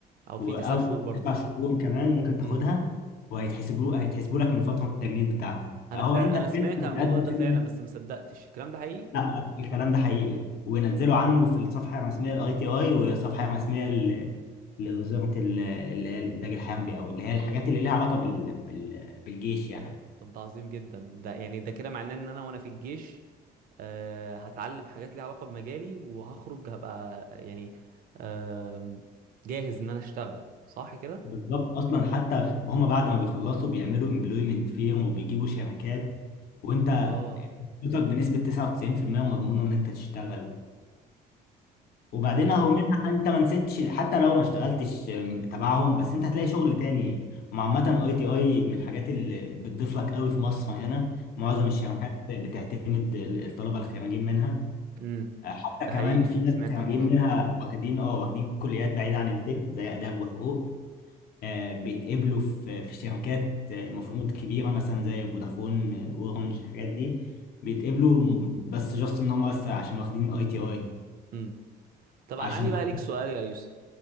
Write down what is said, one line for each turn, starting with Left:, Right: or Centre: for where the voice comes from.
Right: او
Left: و-
Right: في تسع
Left: او
Right: شهور برضه
Left: تسع شهور كمان ممكن
Right: امم
Left: تاخدها وهيتحسبوا هيتحسبوا لك من فترة التجنيد بتاعتك
Right: انا
Left: اهو
Right: فعلا
Left: انت
Right: انا سمعت
Left: أنت بتقدم
Right: عن الموضوع ده فعلا بس ما صدقتش الكلام ده حقيقي
Left: لا لا الكلام ده حقيقي ونزلوا عنه في الصفحه الرسميه للاي تي اي والصفحه الرسميه ل- لوزاره ال- اللي هي الانتاج الحربي او اللي هي الحاجات اللي ليها علاقه بال... بال... بالجيش يعني
Right: طب ده عظيم جدا ده يعني ده كده معناه ان انا وانا في الجيش آه، هتعلم حاجات ليها علاقة بمجالي وهخرج هبقى يعني آم، جاهز ان انا اشتغل صح كده
Left: بالظبط اصلا حتى هم بعد ما بيخلصوا بيعملوا امبلويمنت فيرم وبيجيبوا شركات وانت
Right: اه
Left: فرصتك بنسبه 99% مضمونه ان انت تشتغل
Right: ده
Left: وبعدين اهو منها انت ما نسيتش حتى لو ما اشتغلتش آم، تبعهم بس انت هتلاقي شغل تاني وعامة اي تي اي من الحاجات اللي بتضيف لك قوي في مصر هنا معظم الشركات بتعتمد الطلبة الخريجين منها
Right: امم
Left: آه، حتى
Right: ده
Left: كمان
Right: حقيقي
Left: في ناس
Right: سمعت
Left: خريجين
Right: عن الموضوع
Left: منها
Right: ده
Left: واخدين اه واخدين كليات بعيدة عن التك زي آداب وحقوق آه، بيتقبلوا في في شركات آه، المفروض كبيرة مثلا زي فودافون آه، اورنج الحاجات دي بيتقبلوا بس جاست ان هم بس عشان واخدين اي تي اي
Right: امم طب انا
Left: عشان
Right: عندي بقى ليك سؤال يا يوسف